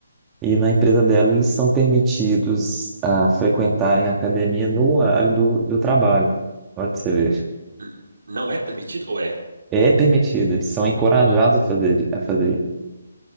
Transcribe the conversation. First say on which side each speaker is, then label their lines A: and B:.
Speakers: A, on the right (about 15°); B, on the right (about 65°).
A: E na empresa dela, eles são permitidos a frequentarem a academia no horário do, do trabalho. Olha pra você ver.
B: N- Não é permitido? Ou é?
A: É permitido, eles são encorajados a fazer, a fazer.